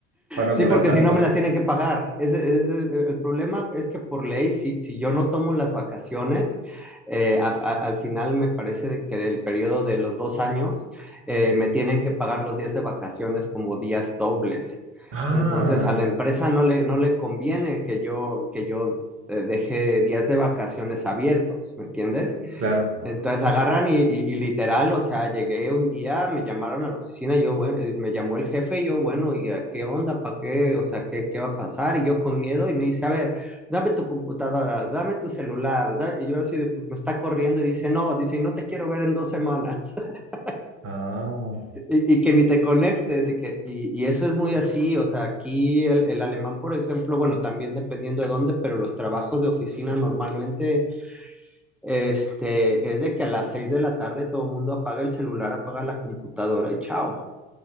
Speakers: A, on the right; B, in the centre.
A: para no
B: Sí,
A: acumular
B: porque
A: tanto.
B: si no me las tienen que pagar. Ese, ese es el problema es que por ley, si, si yo no tomo las vacaciones, eh, a- a- al final me parece de que del periodo de los dos años, eh, me tienen que pagar los días de vacaciones como días dobles.
A: Ah,
B: Entonces, a la empresa no le, no le conviene que yo, que yo eh, deje días de vacaciones abiertos, ¿me entiendes?
A: claro.
B: Entonces agarran y, y- y literal, o sea, llegué un día, me llamaron a la oficina, y yo, bueno, eh, me llamó el jefe, y yo, bueno, ¿y a qué onda? ¿Para qué? O sea, ¿qué, qué va a pasar? Y yo con miedo, y me dice, a ver, dame tu computadora, dame tu celular, da- y yo así de, pues me está corriendo, y dice, no, dice, y no te quiero ver en dos semanas, <laughs>
A: Ah,
B: y, y que ni te conectes, y que, y, y eso es muy así, o sea, aquí el, el alemán, por ejemplo, bueno, también dependiendo de dónde, pero los trabajos de oficina normalmente este, es de que a las 6 de la tarde todo el mundo apaga el celular, apaga la computadora y chao.